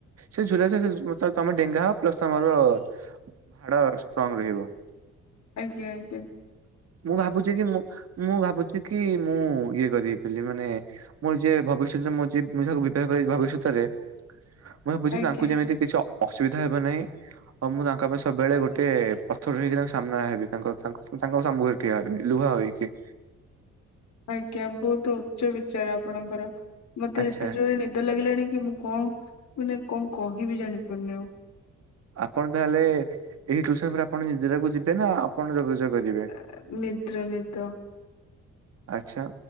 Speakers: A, on the right; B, on the left.
A: ସେ ଝୁଲା ସେ ତମର ଡେଙ୍ଗା ହବ ପ୍ଲସ ତମର ହାଡ ଷ୍ଟ୍ରଙ୍ଗ ରହିବ।
B: ଆଜ୍ଞା ଆଜ୍ଞା।
A: ମୁଁ ଭାବୁଛି କି ମୁଁ ମୁଁ ଭାବୁଛି କି ମୁଁ ଇଏ କରିିବି ବୋଲି ମାନେ ମୁଁ ଯିଏ ଭବିଷ୍ୟତରେ ମୁଁ ଯିଏ ମୁଁ ଯାହାକୁ ବିବାହ କରିବି ଭବିଷ୍ୟତରେ ମୁଁ ଭାବୁଛି
B: ଆଜ୍ଞା
A: ତାଙ୍କୁ ଯେମିତି କିଛି ଅସୁବିଧା ହେବ ନାହିଁ। ଆଉ ମୁଁ ତାଙ୍କ ପାଇଁ ସବୁବେଳେ ଗୋଟେ ପଥର ହେଇକି ତାଙ୍କ ସାମ୍ନା ହେବି ତାଙ୍କ ତାଙ୍କ ସମୁଖରେ। <inaudible>
B: ଆଜ୍ଞା ବହୁତୁ ଉଚ୍ଚ ବିଚାର ଆପଣଙ୍କର, ମତେ
A: ଆଚ୍ଛା
B: ଏତେ ଯୋରେ ନିଦ ଲାଗିଲାଣି କି ମୁଁ ମାନେ ଙ୍କ କହିବି ଜାଣିପାରୁନି ଆଉ।
A: ଆପଣ ତା'ହେଲେ, ଏଇ ଟୁଇସନ୍ ପରେ ଆପଣ ଯିବେ ନା ଆପଣ ଯୋଗାଯୋଗ କରିବେ?
B: <inaudible>
A: ଆଚ୍ଛା,